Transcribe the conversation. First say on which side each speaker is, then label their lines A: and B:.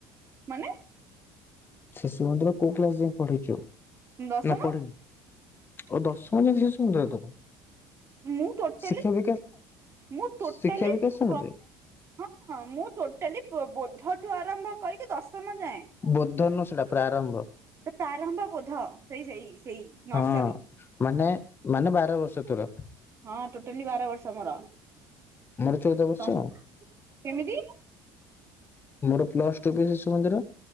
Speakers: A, on the right; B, on the left.
A: ମାନେ?
B: ଶିଶୁ ମନ୍ଦିର କୋଉ କ୍ଲାସ୍ ଯାଏଁ ପଢ଼ିଛୁ
A: ଦଶମ
B: ନା ପଢ଼ିନୁ? ଓ ଦଶମ ଯାଏ ଶିଶୁମନ୍ଦିର ତୋର।
A: ମୁଁ ଟୋଟାଲି
B: ଶିକ୍ଷା ବିକାଶ
A: ମୁଁ ଟୋଟାଲି
B: ଶିକ୍ଷା ବିକାଶ ସମିତି
A: ପ୍ର ହଁ ମୁଁ ଟୋଟାଲି ପୋ ବୋଧଠୁ ଆରମ୍ଭ କରିକି, ଦଶମ ଯାଏଁ।
B: ବୋଧ ନୁହଁ ସେଇଟା ପ୍ରାରମ୍ଭ।
A: ସେ ପ୍ରାରମ୍ଭ ବୋଧ ସେଇ ସେଇ ସେଇ। ନର୍ସରୀ
B: ହଁ ମାନେ, ମାନେ ବାର ବର୍ଷ ତୋର।
A: ହଁ ଟୋଟାଲି ବାର ବର୍ଷ ମୋର।
B: ମୋର ଚଉଦ ବର୍ଷ
A: ତମ
B: ଆଉ।
A: କେମିତି
B: ମୋର ପ୍ଲସ ଟୁ ବିି ଶିଶୁମନ୍ଦିର।